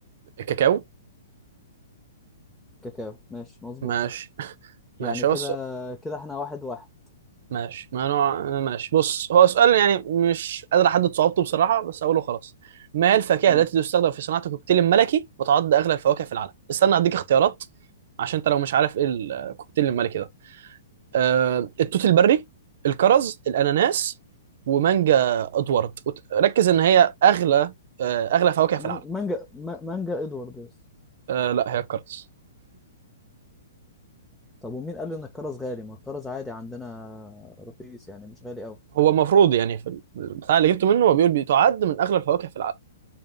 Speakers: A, on the right (about 55°); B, in the centre.
A: <laughs> الكاكاو
B: الكاكاو ماشي مظبوط
A: ماشي ماشي
B: يعني كده
A: هو
B: كده احنا واحد واحد
A: ماشي ما نوع ماشي بص هو سؤال يعني مش قادر احدد صعوبته بصراحه بس اقوله خلاص ما هي الفاكهه
B: مم.
A: التي تستخدم في صناعه الكوكتيل الملكي وتعد اغلى الفواكه في العالم استنى اديك اختيارات عشان انت لو مش عارف ايه الكوكتيل الملكي ده آه التوت البري الكرز الاناناس ومانجا ادوارد وت- ركز ان هي اغلى آه اغلى فواكه
B: مان-
A: في العالم
B: مانجا ما- مانجا ادوارد يس
A: آه لا هي الكرز
B: طب ومين قال ان الكرز غالي ما الكرز عادي عندنا رخيص يعني مش غالي قوي
A: هو المفروض يعني في البتاع اللي جبته منه هو بيقول بتعد من اغلى الفواكه في العالم